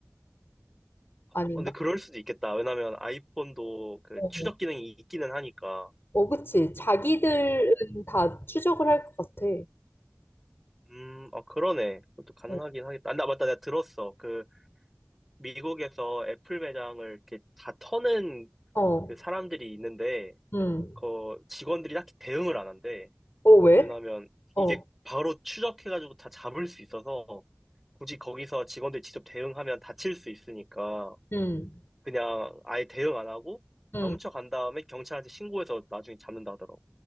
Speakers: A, on the left; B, in the centre.
A: 아닌가?
B: 어, 근데 그럴 수도 있겠다. 왜냐면 아이폰도 그
A: 어,
B: 추적 기능이 있기는 하니까.
A: 어, 그치. 자기들은
B: 어,
A: 다 추적을 할 것 같아.
B: 음, 어, 그러네. 그것도 가능하긴
A: 어,
B: 하겠다. 아, 나 맞다. 내가 들었어. 그 미국에서 애플 매장을 이렇게 다 터는
A: 어,
B: 그 사람들이 있는데
A: 음.
B: 그 직원들이 딱히 대응을 안 한대.
A: 어, 왜?
B: 왜냐면
A: 어,
B: 이게 바로 추적해가지고 다 잡을 수 있어서 굳이 거기서 직원들이 직접 대응하면 다칠 수 있으니까
A: 음.
B: 그냥 아예 대응 안 하고
A: 응.
B: 다 훔쳐간 다음에 경찰한테 신고해서 나중에 잡는다 하더라고.